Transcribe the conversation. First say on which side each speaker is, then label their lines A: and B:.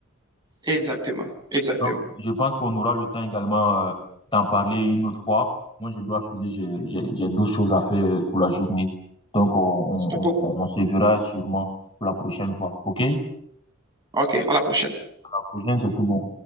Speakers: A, on the right; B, on the left.
A: exactement, exactement.
B: Donc, je pense qu'on aura le temps également euh, d'en parler une autre fois. Moi, je dois filer, j'ai, j'ai, j'ai d'autres choses à faire pour la journée. Donc, on, on,
A: Stop.
B: on, on se verra sûrement pour la prochaine fois. OK?
A: OK, à la prochaine.
B: Pour la prochaine, c'est tout bon.